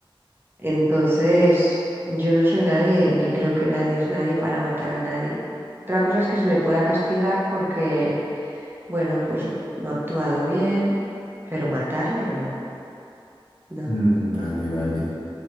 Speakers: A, on the right; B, on the left.
A: entonces, yo no soy nadie, ni creo que nadie es nadie para matar a nadie. Otra cosa es que se le pueda castigar porque, bueno, pues no ha actuado bien, pero matarle no, no.
B: Mm, vale, vale.